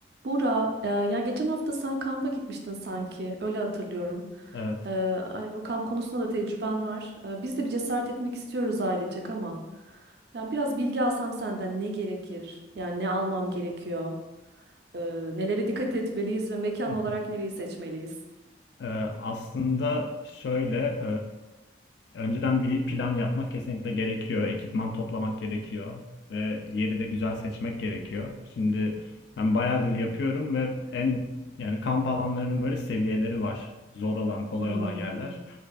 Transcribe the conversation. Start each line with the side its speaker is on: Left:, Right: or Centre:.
Right: Bura, e, ya geçen hafta sen kampa gitmiştin sanki, öyle hatırlıyorum.
Left: Evet.
Right: E, hani bu kamp konusunda da tecrüben var. E, biz de bir cesaret etmek istiyoruz ailecek ama ya biraz bilgi alsam senden ne gerekir? Yani ne almam gerekiyor? E, nelere dikkat etmeliyiz ve mekan
Left: <laughs>
Right: olarak nereyi seçmeliyiz?
Left: Ee, aslında şöyle, e, önceden bir plan yapmak kesinlikle gerekiyor. Ekipman toplamak gerekiyor ve yeri de güzel seçmek gerekiyor. Şimdi ben bayağıdır yapıyorum ve en yani kamp alanlarının böyle seviyeleri var. Zor olan, kolay
Right: Hmm,
Left: olan yerler.